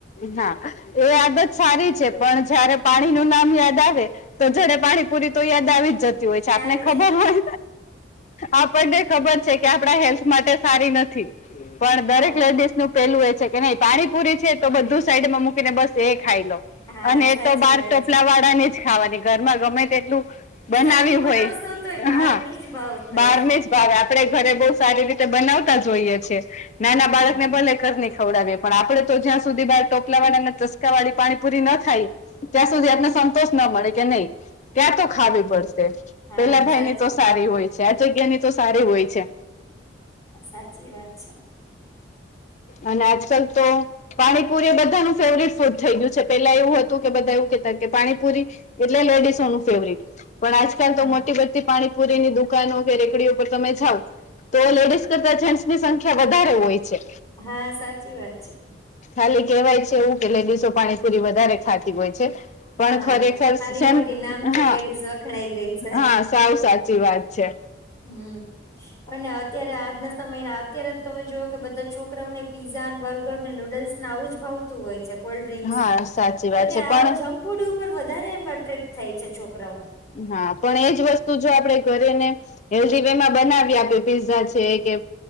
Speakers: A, on the left; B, on the left.
A: હા એ આદત સારી છે પણ જયારે પાણીનું નામ યાદ આવે તો જ્યારે પાણીપુરી તો યાદ આવી જ જતી હોય છે આપને
B: આવી
A: ખબર હોય આપ આપને ખબર છે કે આપડા હેલ્થ માટે સારી નથી પણ
B: હા
A: દરેક લેડીસનું પેલું એ છે કે નઇ પાણી પૂરી છે તો બધું સાઈડમાં મૂકીને બસ એ ખાઈ લો
B: હા
A: અને
B: હા
A: એ
B: સાચી
A: તો બાર
B: વાત
A: ટોપલા
B: છે
A: વાળાની જ ખાવાની ઘરમાં ગમે તેટલું બનાવી
B: સારી બનાવશો
A: હોય
B: તોય બહાર
A: હા
B: ની જ ભાવશે
A: બારની જ ભાવે આપ આપડે ઘરે બઉ સારી રીતે બનાવતા જ હોઈએ છે નાના
B: હા
A: બાળકને ભલે ઘરની ખવડાવીએ પણ આપડે તો જ્યાં સુધી બાર ટોપલા વાળાના ચસકા વાળી પાણી પૂરી ન ખાય ત્યાં સુધી એમને સંતોષ ન મળે કે નઇ ત્યાં તો ખાવી પડશે
B: હા
A: પેલા ભાઈની
B: સાચી
A: તો સારી હોય છે આ જગ્યાની તો સારી હોય છે.
B: સાચી વાત છે.
A: અને આજકલ તો પાણીપુરી એ બધાનું ફેવરીટ ફૂડ થઈ ગયું છે પેલા એવું હતું કે બધા એવું કેતા કે પાણીપુરી એટલે લેડીસોનું ફેવરીટ પણ આજકાલ
B: હા
A: તો મોટી બધી પાણીપુરીની દુકાનો કે રેકડીઓ પર તમે જાવ તો લેડીઝ કરતા જેન્ટસની સંખ્યા વધારે હોય છે.
B: હા સાચી વાત છે.
A: ખાલી કેવાય છે એવું કે લેડીસો પાણીપુરી વધારે ખાતી હોય છે. પણ
B: હા
A: ખરેખર
B: ખાલી ખોટી નામથી
A: <unintelligible> હા
B: લેડીઝ વખણાઈ ગઈ છે
A: હા સાવ સાચી વાત છે.
B: હમ્મ અને અત્યારે આજના સમયના અત્યારે જ તમે જુવો કે બધા છોકરાઓને પીઝાને, બર્ગરને નુડલ્સ ને આવું જ ભાવતું હોય છે કોલ્ડડ્રિંક્સને
A: હા સાચી
B: એટલે
A: વાત છે
B: આવુ
A: પણ
B: <unintelligible> ફુડ ઉપર વધારે એમ અટ્રેક્ટ થાય છે છોકરાઓ
A: હા પણ એજ વસ્તુ જો આપણે ઘરેને હેલ્ધી વેમાં બનાવી આપે પીઝા છે કે